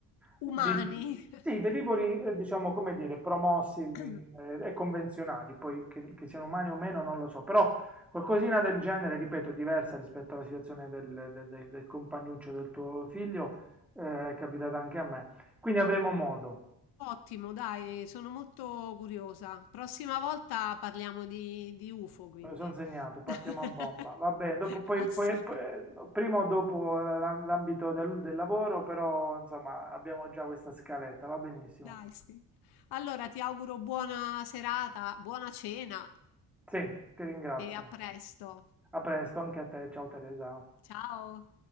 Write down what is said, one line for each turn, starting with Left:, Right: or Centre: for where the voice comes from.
Left: Umani.
Centre: di-
Left: <coughs>
Centre: sì, velivoli, eh, diciamo, come dire, promossi mh,
Left: <clears throat>
Centre: eh, e convenzionali, poi che, che siano umani o meno non lo so, però qualcosina del genere, ripeto, diversa rispetto alla situazione del, del- del- del compagnuccio del tuo figlio, eh, è capitata anche a me. Quindi avremo modo.
Left: Ottimo, dai, sono molto curiosa. Prossima volta parliamo di, di UFO, quindi.
Centre: Me lo sono segnato, partiamo
Left: <laughs>
Centre: a bomba. Va bene, dopo, poi,
Left: Assolutamente.
Centre: poi- poi- prima o dopo la- la- l'ambito del, del lavoro, però insomma abbiamo già questa scaletta, va benissimo.
Left: Dai, sì. Allora, ti auguro buona serata, buona cena
Centre: Sì, ti ringrazio.
Left: e a presto.
Centre: A presto anche a te, ciao Teresa.
Left: Ciao.